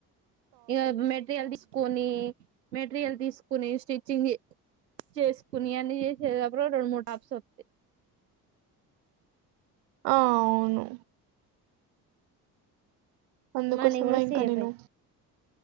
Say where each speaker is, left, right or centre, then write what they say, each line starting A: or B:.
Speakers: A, on the right (about 80°); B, on the right (about 60°).
A: ఇగ మెటీరియల్ తీసుకొని మెటీరియల్ తీసుకొని స్టిచ్ చేసుకుని అన్ని చేసేదిప్పుడు రెండు మూడు టప్స్ వస్తాయ్
B: ఆ అవును అందుకోసం
A: మనీ కూడా
B: ఇంకా
A: సేవ్
B: నేను